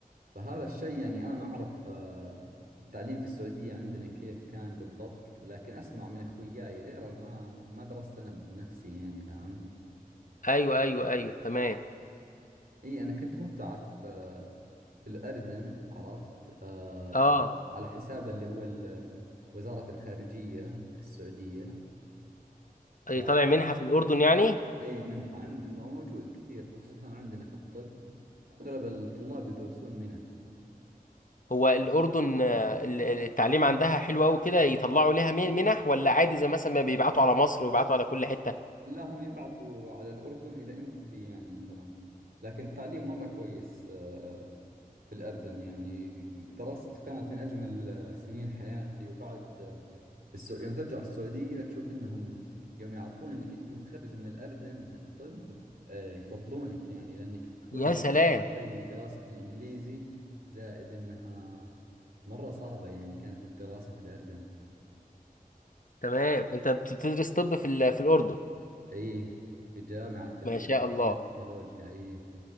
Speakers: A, on the right; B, on the left.
A: فهذا الشيء يعني انا ما اعرف آه، التعليم في السعودية عندنا كيف كان بالضبط لكن اسمع من اخوياي غيره ما ما درست انا بنفسي يعني فهمت؟
B: ايوه ايوه ايوه تمام
A: اي انا كنت مبتعث آه، في الاردن عرفت آه،
B: اه
A: على حساب اللي هو ال- وزارة الخارجية السعودية
B: أي
A: ف
B: طالع منها في الاردن يعني
A: اي منحة عند موجود كثير خصوصا عندنا في الطب اغلب الطلاب يدرسون منح
B: هو الأردن آه، ال- ال- التعليم عندها حلو أوي كده يطلعوا لها من- منح ولا عادي زي مثلا ما بيبعتوا على مصر ويبعتوا على كل حتة
A: لا هم يبعثوا على الأردن إذا أنت تبي يعني مثلا لكن التعليم مرة كويس آه، آه، في الأردن يعني درست كانت من أجمل آه، سنين حياتي وبعد آه، في السو... يوم ترجع السعودية تشوف إنهم يوم يعرفون إنك أنت متخرج من الأردن طب آه، يفضلونك يعني لأنك تكون
B: يا
A: درست
B: سلام
A: أول شيء دراسة في الإنجليزي زائد إنها مرة صعبة يعني كانت الدراسة في الأردن
B: تمام أنت بتدرس طب في ال- في الأردن
A: إيه في جامعة العلوم
B: ما شاء الله
A: والتكنولوجيا إيه